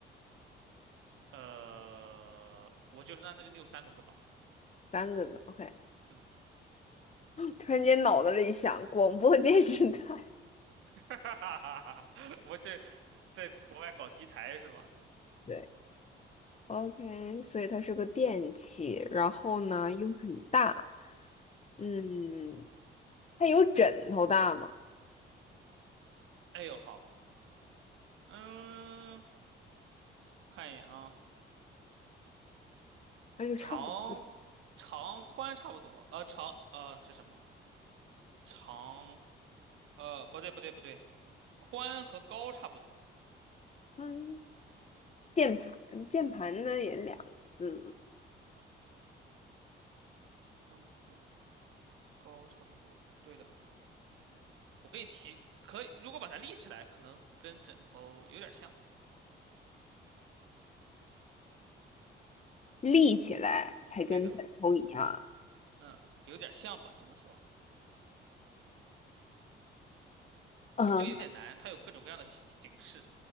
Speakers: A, on the right; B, on the left.
A: 呃，我就是那那就用三个字吧。
B: 三个字，OK。
A: 嗯，
B: 突然间脑子里想，广播电视台，
A: <laughs> 我这在国外搞低台是吧？
B: 对，OK，所以它是个电器，然后呢又很大，
A: 是的。
B: 嗯，
A: 嗯，
B: 它有枕头大吗？
A: 哎呦好，嗯，看一眼啊，
B: 那就差不多。
A: 长长宽差不多，呃长呃这什么长呃不对不对不对，宽和高差不多，
B: 嗯，键盘，键盘呢也两字，
A: 宽和高差不多，对的。我给你提，可以，如果把它立起来，可能跟枕头有点像，
B: 立起来才跟枕头一样，
A: 对的。嗯，有点像吧，只能说，
B: 嗯，
A: 主要这个有点难，它有各种各样的形式。